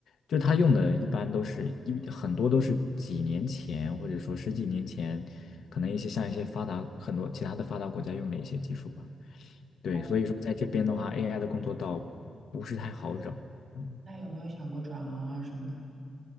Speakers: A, on the left; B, on the right.
A: 就是他用的，一般都是一很多都是几年前，或者说十几年前，可能一些像一些发达很多其他的发达国家用的一些技术吧。对，
B: 哦，
A: 所以说在这边的话，AI 的工作倒不是太好找。嗯
B: 那有没有想过转行啊什么的？